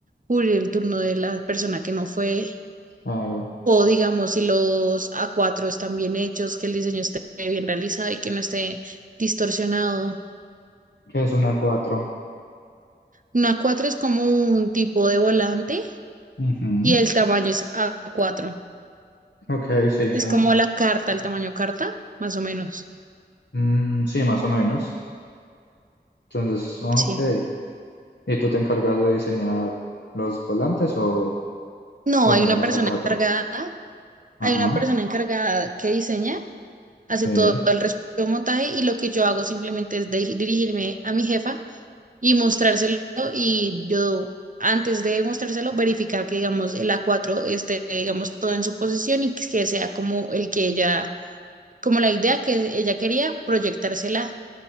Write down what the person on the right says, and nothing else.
cubrir el turno de la persona que no fue
O digamos, si los A4 están bien hechos, que el diseño esté bien realizado y que no esté distorsionado.
Un A4 es como un tipo de volante
y el tamaño es A4.
Es
como la carta, el tamaño carta, más o menos.
Sí.
No,
hay una
persona
encargada,
hay una persona encargada que diseña, hace
todo el resto del montaje y lo que yo hago simplemente es de- dirigirme a mi jefa y mostrárselo y yo antes de mostrárselo verificar que digamos el a cuatro esté digamos todo en su posición y que sea como el que ella, como la idea que ella quería proyectársela,